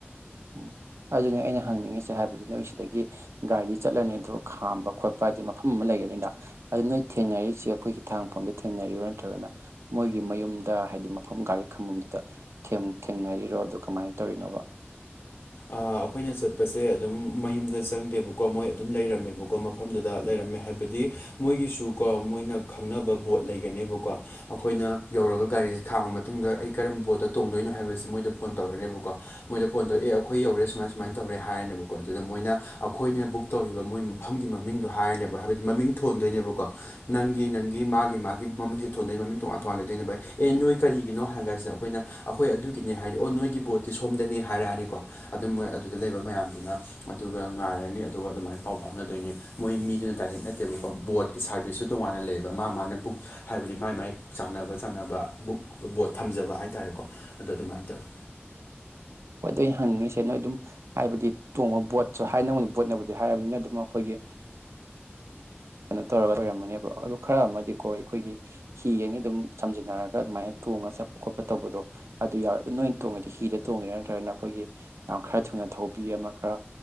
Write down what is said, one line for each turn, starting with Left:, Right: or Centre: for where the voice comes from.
Right: ꯎꯝ ꯑꯗꯨꯅꯦ ꯑꯩꯅ ꯍꯪꯅꯤꯡꯉꯤꯁꯦ ꯍꯥꯏꯕꯗꯤ ꯅꯣꯏ ꯁꯤꯗꯒꯤ ꯒꯥꯔꯤ ꯆꯠꯂꯅꯤ ꯑꯗꯣ ꯈꯥꯝꯕ ꯈꯣꯠꯄ ꯍꯥꯏꯗꯤ ꯃꯐꯝ ꯑꯃ ꯂꯩꯒꯅꯤꯅ ꯑꯗꯨ ꯅꯣꯏ ꯊꯦꯡꯅꯔꯤꯁꯤ ꯑꯩꯈꯣꯏꯒꯤ ꯍꯤꯊꯥꯡꯐꯝꯗ ꯊꯦꯡꯅꯔꯤꯔꯣ ꯅꯠꯇ꯭ꯔꯒꯅ ꯃꯣꯏꯒꯤ ꯃꯌꯨꯝꯗ ꯍꯥꯏꯗꯤ ꯃꯐꯝ ꯒꯥꯔꯤ ꯈꯥꯝꯕꯝꯗꯨꯗ ꯈꯦꯝ ꯊꯦꯡꯅꯔꯤꯔꯣ ꯑꯗꯨ ꯀꯝꯃꯥꯏ ꯇꯧꯔꯤꯅꯣꯕ
Left: ꯑꯥ ꯑꯩꯈꯣꯏꯅ ꯆꯠꯄꯁꯦ ꯑꯗꯨꯝ ꯃꯌꯨꯝꯗ ꯆꯪꯗꯦꯕꯀꯣ ꯃꯣꯏ ꯑꯗꯨꯝ ꯂꯩꯔꯝꯃꯦꯕꯀꯣ ꯃ ꯃꯐꯝꯗꯨꯗ ꯂꯩꯔꯝꯃꯦ ꯍꯥꯏꯕꯗꯤ ꯃꯣꯏꯒꯤꯁꯨ ꯀꯣ ꯃꯣꯏꯅ ꯈꯪꯅꯕ ꯕꯣꯠ ꯂꯩꯒꯅꯦꯕꯀꯣ ꯑꯩꯈꯣꯏꯅ ꯌꯧꯔꯒ ꯒꯥꯔꯤꯁꯦ ꯈꯥꯝꯃ ꯃꯇꯨꯡꯗ ꯑꯩ ꯀꯔꯝꯕ ꯕꯣꯠꯇ ꯇꯣꯡꯗꯣꯏꯅꯣ ꯍꯥꯏꯕꯁꯤ ꯃꯣꯏꯗ ꯐꯣꯟ ꯇꯧꯔꯅꯦꯕꯀꯣ ꯃꯣꯏꯗ ꯐꯣꯟ ꯇꯧ ꯑꯦꯑꯥꯎ ꯑꯩꯈꯣꯏ ꯌꯧꯔꯦ ꯁꯨꯃꯥꯏ ꯁꯨꯃꯥꯏꯅ ꯇꯧꯔꯦ ꯍꯥꯏꯔꯅꯦꯕꯀꯣ ꯑꯗꯨꯗ ꯃꯣꯏꯅ ꯑꯩꯈꯣꯏꯅ ꯕꯨꯛ ꯇꯧꯔꯤꯕ ꯃꯣꯏ ꯃꯐꯝꯒꯤ ꯃꯃꯤꯡꯗꯣ ꯍꯥꯏꯔꯅꯦꯕ ꯍꯥꯏꯕꯗ ꯃꯃꯤꯡ ꯊꯣꯟꯗꯣꯏꯅꯦꯕꯀꯣ ꯅꯪꯒꯤ ꯅꯪꯒꯤ ꯃꯥꯒꯤ ꯃꯥꯒꯤ ꯃꯃꯤꯡꯁꯦ ꯊꯣꯟꯗꯣꯏꯅꯤ ꯃꯃꯤꯡ ꯇꯣꯉꯥꯟ ꯇꯣꯉꯥꯟꯅ ꯂꯩꯗꯣꯏꯕ ꯑꯦ ꯅꯣꯏ ꯀꯔꯤꯒꯤꯅꯣ ꯍꯥꯏꯔꯒꯁꯤꯗ ꯑꯩꯈꯣꯏꯅ ꯑꯩꯈꯣꯏ ꯑꯗꯨꯒꯤꯅꯦ ꯍꯥꯏꯗꯤ ꯑꯣ ꯅꯣꯏꯒꯤ ꯕꯣꯠꯇꯤ ꯁꯣꯝꯗꯅꯦ ꯍꯥꯏꯔꯛꯑꯅꯤꯀꯣ ꯑꯗꯨꯝ ꯃꯣꯏ ꯑꯗꯨꯗ ꯂꯩꯕ ꯃꯌꯥꯝꯗꯨꯅ ꯑꯗꯨꯒ ꯉꯥꯏꯔꯅꯤ ꯑꯗꯨꯒ ꯑꯗꯨꯃꯥꯏꯅ ꯄꯥꯎ ꯐꯥꯎꯅꯗꯣꯏꯅꯤ ꯃꯣꯏ ꯃꯤꯗꯨꯅ ꯗꯥꯏꯔꯦꯛ ꯅꯠꯇꯦꯕꯀꯣ ꯕꯣꯠꯀꯤ ꯁꯥꯔꯚꯤꯁꯁꯨ ꯇꯣꯉꯥꯟꯅ ꯂꯩꯌꯦꯕ ꯃꯥ ꯃꯥꯅ ꯕꯨꯛ ꯍꯥꯏꯕꯗꯤ ꯃꯥꯏ ꯃꯥꯏ ꯆꯥꯟꯅꯕ ꯆꯥꯟꯅꯕ ꯕꯨꯛ ꯕꯣꯠ ꯊꯝꯖꯕ ꯍꯥꯏ ꯇꯥꯔꯦꯀꯣ ꯑꯗꯣ ꯑꯗꯨꯃꯥꯏꯅ ꯇꯧꯋꯤ
Right: ꯍꯣꯏ ꯑꯗꯨ ꯑꯩꯅ ꯍꯪꯅꯤꯡꯉꯤꯁꯦ ꯅꯣꯏ ꯑꯗꯨꯝ ꯍꯥꯏꯕꯗꯤ ꯇꯣꯡꯕ ꯕꯣꯠꯁꯨ ꯍꯥꯏꯅ <unintelligible> ꯕꯣꯠꯅꯕꯨꯗꯤ ꯍꯥꯏꯔꯕꯅꯤꯅ ꯑꯗꯨꯝ ꯑꯩꯈꯣꯏꯒꯤ ꯀꯩꯅꯣ ꯇꯧꯔꯒ ꯂꯣꯏꯔꯝꯃꯅꯦꯕ ꯑꯗꯣ ꯈꯔ ꯑꯃꯗꯤꯀꯣ ꯑꯩꯈꯣꯏꯒꯤ ꯍꯤ ꯑꯅꯤ ꯑꯗꯨꯝ ꯁꯝꯖꯤꯟꯅꯔꯒ ꯑꯗꯨꯃꯥꯏꯅ ꯇꯣꯡꯉꯥ ꯆꯠꯄ ꯈꯣꯠꯄ ꯇꯧꯕꯗꯣ ꯑꯗꯨ ꯌꯥꯎꯋꯦ ꯑꯗꯨ ꯅꯣꯏ ꯇꯣꯡꯉꯤꯗꯣ ꯍꯤꯗ ꯇꯣꯡꯉꯤꯔ ꯅꯠꯇ꯭ꯔꯒꯅ ꯑꯩꯈꯣꯏꯒꯤ ꯌꯥꯝ ꯈꯔ ꯊꯨꯅ ꯊꯧꯕꯤ ꯑꯃ ꯈꯔ